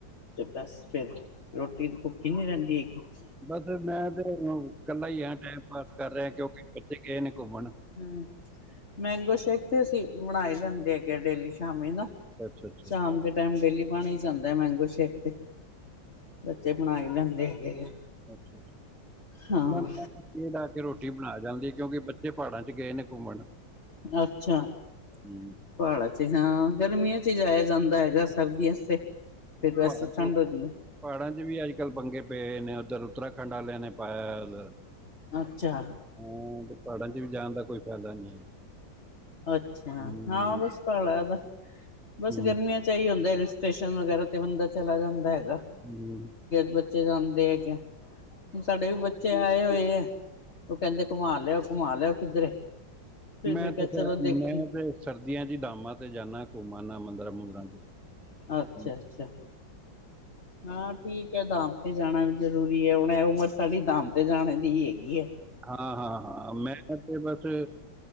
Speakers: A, on the left; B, in the centre.
A: ਤੇ ਬਸ ਫੇਰ ਰੋਟੀ ਭੁੱਖੀ ਹੀ ਨੀ ਰਹਿੰਦੀ ਹੈਗੀ।
B: ਬਸ ਮੈਂ ਤੇ ਇਕੱਲਾ ਹੀ ਆ ਟੈਮ ਪਾਸ ਕਰ ਰਿਹਾ, ਕਿਉਂਕਿ ਬੱਚੇ ਗਏ ਨੇ ਘੁੰਮਣ।
A: ਹੂੰ, ਮੈਂਗੋ ਸ਼ੇਕ ਤੇ ਅਸੀਂ ਬਣਾਈ ਲੈਂਦੇ ਹੈਗੇ ਆ ਡੇਲੀ ਸ਼ ਸ਼ਾਮੀ ਨਾ,
B: ਅੱਛਾ-ਅੱਛਾ,
A: ਸ਼ਾਮ ਦੇ ਟੈਮ ਡੇਲੀ ਬਣ ਹੀ ਜਾਂਦਾ ਹੈ ਮੈਂਗੋ ਸ਼ੇਕ ਤੇ, ਬੱਚੇ ਬਣਾ ਹੀ ਲੈਂਦੇ ਹੈਗੇ।
B: ਅੱਛਾ ਅੱਛਾ,
A: ਹਾਂ
B: ਮ ਮੇਡ ਆ ਕੇ ਰੋਟੀ ਬਣਾ ਜਾਂਦੀ, ਕਿਉਂਕਿ ਬੱਚੇ ਪਹਾੜਾਂ ਚ ਗਏ ਨੇ ਘੁੰਮਣ।
A: ਅੱਛਾ।
B: ਹੂੰ,
A: ਪਹਾੜਾਂ 'ਚ ਹਾਂ ਗਰਮੀਆਂ ਚ ਹੀ ਜਾਇਆ ਜਾਂਦਾ ਹੈਗਾ, ਸਰਦੀਆਂ ਤੇ ਫੇਰ ਵੈਸੇ
B: ਪਹਾੜਾਂ 'ਚ
A: ਠੰਡ ਹੋ ਜਾਂਦੀ।
B: ਪਹਾੜਾਂ 'ਚ ਵੀ ਅੱਜ ਕੱਲ੍ਹ ਪੰਗੇ ਪਏ ਨੇ, ਉੱਧਰ ਉੱਤਰਾਖੰਡ ਆਲਿਆਂ ਨੇ ਪਾਇਆ।
A: ਅੱਛਾ
B: ਹਾਂ, ਤੇ ਪਹਾੜਾਂ 'ਚ ਵੀ ਜਾਣ ਦਾ ਕੋਈ ਫਾਇਦਾ ਨਹੀਂ ਹੈ।
A: ਅੱਛਾ,
B: ਹੂੰ,
A: ਹਾਂ ਬਸ ਪਹਾਂੜਾਂ ਦਾ, ਬਸ
B: ਹੂੰ,
A: ਗਰਮੀਆਂ 'ਚ ਇਹੀ ਹੁੰਦਾ, ਹਲ ਸਟੇਸ਼ਨ ਵਗੈਰਾ ਤੇ ਬੰਦਾ ਚਲਾ ਜਾਂਦਾ ਹੈਗਾ ਵਾ।
B: ਹੂੰ
A: ਬੱਚੇ ਜਾਂਦੇ ਹੈਗੇ, ਹੁਣ ਸਾਡੇ ਵੀ ਬੱਚੇ ਆਏ ਹੋਏ ਆ। ਉਹ ਕਹਿੰਦੇ ਘੁਮਾ ਲਿਆਓ ਘੁਮਾ ਲਿਓ ਕਿੱਧਰੇ। ਫਿਰ
B: ਮੈਂ
A: ਕਿਹਾ
B: ਤੇ
A: ਚਲੋ
B: ਫਰ
A: ਦੇਖਤੀ
B: ਮੈਂ ਤੇ ਸਰਦੀਆਂ ਚ ਹੀ ਧਾਮਾਂ ਤੇ ਜਾਂਦਾ ਘੁੰਮਣ ਮੰਦਰਾਂ ਮੁੰਦਰਾਂ 'ਚ।
A: ਅੱਛਾ,
B: ਹਾਂ,
A: ਅੱਛਾ ਹਾਂ, ਠੀਕ ਹੈ, ਧਾਮ। ਤੇ ਜਾਣਾ ਵੀ ਜ਼ਰੂਰੀ ਹੈ। ਹੁਣ ਇਹ ਉਮਰ ਸਾਡੀ ਧਾਮ ਤੇ ਜਾਣੇ ਦੀ ਹੈਗੀ ਹੈ।
B: ਹਾਂ ਹਾਂ ਹਾਂ ਮੈਂ ਤਾਂ ਤੇ ਬਸ,